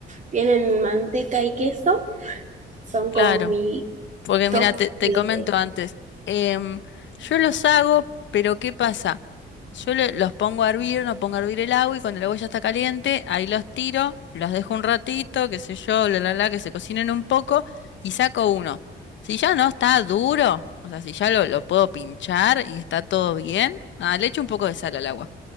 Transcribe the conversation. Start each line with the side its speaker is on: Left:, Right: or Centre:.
Right: tienen manteca y queso, son
Left: Claro.
Right: como mi
Left: Porque
Right: top
Left: mira, te, te
Right: de...
Left: comento antes, em, yo los hago, pero ¿qué pasa? Yo le- los pongo a hervir, no pongo a hervir el agua y cuando el agua ya está caliente, ahí los tiro, los dejo un ratito, qué sé yo, la la la, que se cocinen un poco y saco uno. Si ya no está duro, o sea, si ya lo, lo puedo pinchar y está todo bien, ah, le echo un poco de sal al agua.